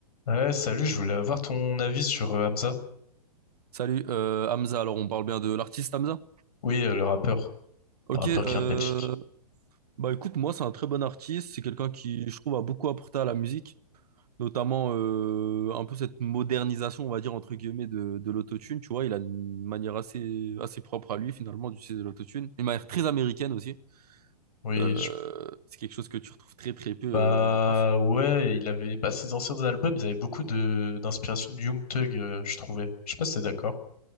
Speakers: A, on the left (about 70°); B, on the right (about 70°).
A: Ouais, salut, je voulais avoir ton avis sur euh, Hamza.
B: Salut euh, Hamza, alors on parle bien de l'artiste Hamza?
A: Oui, euh, le rappeur,
B: Ok,
A: le rappeur
B: euh,
A: qui vient de Belgique.
B: bah écoute, moi c'est un très bon artiste, c'est quelqu'un qui je trouve a beaucoup apporté à la musique, notamment euh, un peu cette modernisation, on va dire entre guillemets, de, de l'autotune, tu vois, il a une manière assez, assez propre à lui finalement d'utiliser l'autotune, une manière très américaine aussi,
A: Oui,
B: Euh,
A: je-
B: c'est quelque chose que tu retrouves très très peu
A: bah
B: euh, en France.
A: ouais, il avait bah ses anciens albums, ils avaient beaucoup de d'inspiration de Young Thug, euh, je trouvais. Je sais pas si t'es d'accord.